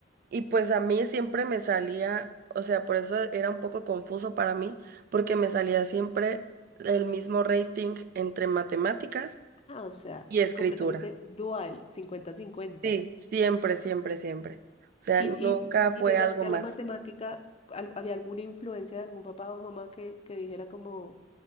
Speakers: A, on the right; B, on the left.
A: Y pues a mí siempre me salía, o sea, por eso era un poco confuso para mí, porque me salía siempre el mismo rating entre matemáticas
B: Ah, o sea,
A: y escritura.
B: completamente dual, cincuenta-cincuenta.
A: Sí, siempre, siempre, siempre. O sea,
B: Y,
A: nunca
B: y,
A: fue
B: y llegaste
A: algo más.
B: a la matemática, al- ¿había alguna influencia de algún papá o mamá que, que dijera como,